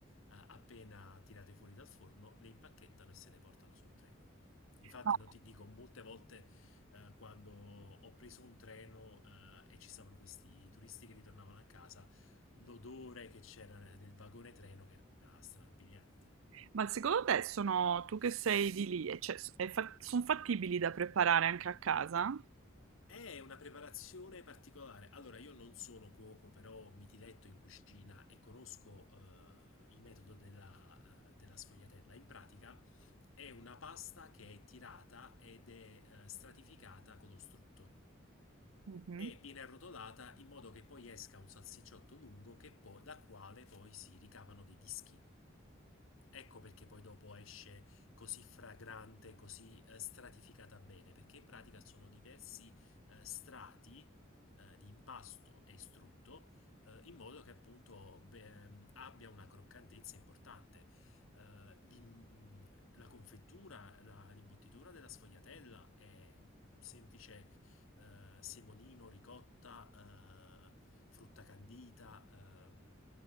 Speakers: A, on the left (about 80°); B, on the right (about 80°).
A: appena tirate fuori dal forno, le impacchettano e se le portano sul treno. Infatti
B: No.
A: non ti dico, molte volte eh, quando ho preso un treno eh, e ci stavano questi turisti che ritornavano a casa, l'odore che c'era nel- del vagone treno che era strabiliante.
B: Ma secondo te sono tu che sei di lì, e cioè, sono fattibili da preparare anche a casa?
A: È una preparazione particolare. Allora, io non sono cuoco, però mi diletto in cucina e conosco eh, il metodo della, eh, della sfogliatella. In pratica è una pasta che è tirata ed è eh, stratificata con lo strutto
B: Mhm.
A: e viene arrotolata in modo che poi esca un salsicciotto lungo che poi- da quale poi si ricavano dei dischi. Ecco perché poi dopo esce così fragrante, così eh, stratificata bene, perché in pratica sono diversi eh, strati eh, di impasto e strutto eh, in modo che appunto beh, abbia una croccantezza importante. Eh, l'im- mm, la confettura, la- l'imbottitura della sfogliatella è semplice eh, semolino, ricotta, eh, frutta candita, ehm,